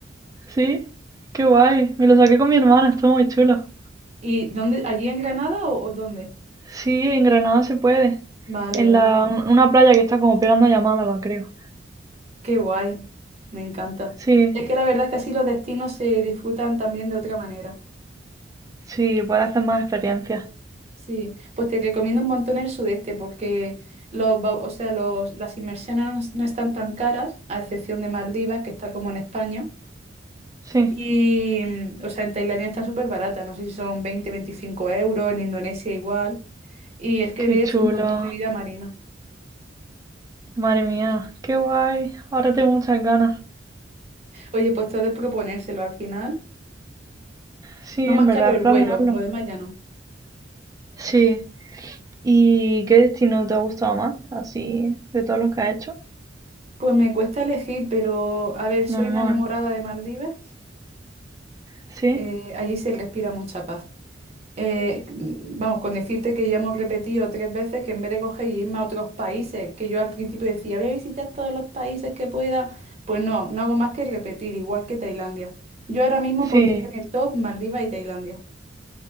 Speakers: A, on the right; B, on the right.
A: sí, qué guay. Me lo saqué con mi hermana, estuvo muy chulo.
B: ¿Y dónde? ¿Allí en Granada o, o dónde?
A: Sí, en Granada se puede.
B: Vale,
A: En
B: vale.
A: la, una playa que está como pegando a Málaga, creo.
B: Qué guay, me encanta.
A: Sí,
B: Es que la verdad es que así los destinos se disfrutan también de otra manera.
A: sí, puede hacer más experiencias.
B: Sí, pues te recomiendo un montón el sudeste porque los, va- o sea, los, las inmersiones no, es- no están tan caras, a excepción de Maldivas, que está como en España.
A: Sí,
B: Y, mm, o sea, en Tailandia están súper baratas, no sé si son 20, 25 euros, en Indonesia igual. Y es que
A: qué
B: ves
A: chulo.
B: un montón de vida marina.
A: Madre mía, qué guay. Ahora tengo muchas ganas.
B: Oye, pues todo es proponérselo al final.
A: Sí,
B: Lo
A: en
B: más
A: verdad,
B: caro es el
A: planearlo.
B: vuelo, lo demás ya no.
A: Sí. ¿Y qué destino te ha gustado más? Así, de todos los que has hecho.
B: Pues me cuesta elegir, pero a ver, soy
A: Normal.
B: una enamorada de Maldivas.
A: Sí,
B: eh, allí se respira mucha paz. eh, mm, vamos, con decirte que ya hemos repetido tres veces que en vez de coger y irme a otros países, que yo al principio decía, voy a visitar todos los países que pueda, pues no, no hago más que repetir, igual que Tailandia. Yo ahora mismo pondría
A: sí.
B: en el top Maldivas y Tailandia,